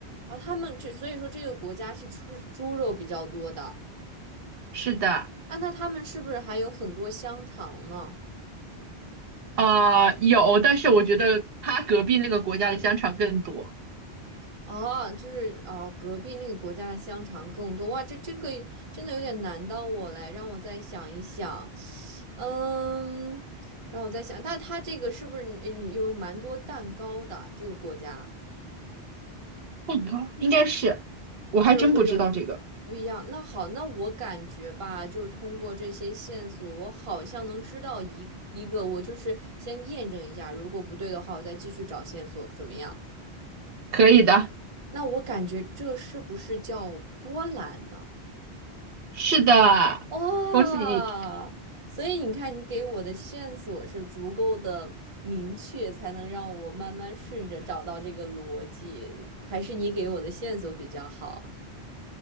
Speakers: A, on the right; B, on the right.
A: 哦，他们这，所以说这个国家是出猪肉比较多的
B: 是的，
A: 啊。那他们是不是还有很多香肠呢？
B: 啊、有，但是我觉得他隔壁那个国家的香肠更多。
A: 哦，就是哦，隔壁那个国家的香肠更多哇，这这个真的有点难到我嘞，让我再想一想。嗯，让我在想，但它这个是不是呃有蛮多蛋糕的？这个国家
B: 蛋糕应该是，我还真不知道这个。
A: 就是会有不一样。那好，那我感觉吧，就是通过这些线索，我好像能知道一一个。我就是先验证一下，如果不对的话，我我再继续找线索，怎么样？
B: 可以的，
A: 那我感觉这是是不是叫波兰呢？
B: 是的，
A: 哇，
B: 恭喜你。
A: 所以你看，你给我的线索是足够的明确，才能让我慢慢顺着找到这个逻辑，还是你给我的线索比较好？